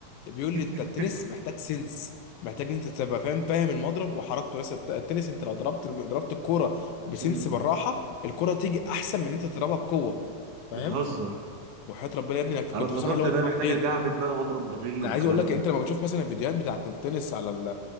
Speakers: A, on the left; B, on the right.
A: بيقول
B: <laughs>
A: لي انت التنس محتاج سنس محتاج ان انت تبقى فاهم فاهم المضرب وحركته بس الت- التنس انت لو ضربت ضربت الكوره بسنس
B: امم
A: بالراحه الكوره تيجي احسن من ان انت تضربها بقوه فاهم
B: بتهزر
A: وحياة ربنا يا ابني انك
B: انا
A: كنت
B: افتكرت
A: بصراحه اللي هو
B: ده
A: اتخضيت
B: محتاجه جعبت بقى واضرب بغل
A: انا
B: والكلام
A: عايز اقول لك
B: ده
A: انت لما بتشوف مثلا الفيديوهات بتاعت التنس على ال